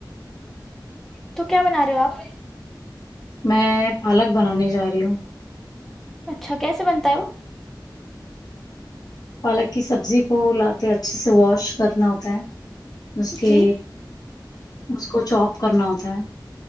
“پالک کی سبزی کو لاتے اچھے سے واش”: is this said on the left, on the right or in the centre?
Left